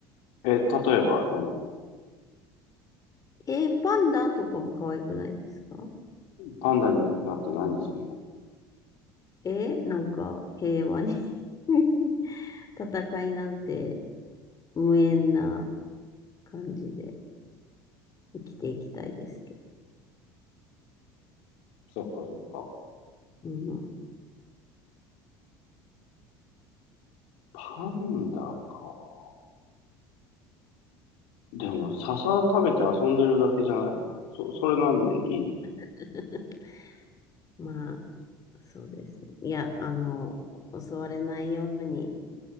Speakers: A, on the left (about 60°); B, on the left (about 30°).
A: え、例えば何
B: <laughs> えー、パンダとかも可愛くないですか
A: パンダになって何するの
B: えー、なんか平和に <laughs> 戦いなんて無縁な感じで生きていきたいですけど。
A: そっかそっか。
B: うん、
A: パンダか。でも笹食べて遊んでるだけじゃないそ、それなんでいいの
B: <laughs> まあ、そうですね。いや、あの、襲われないように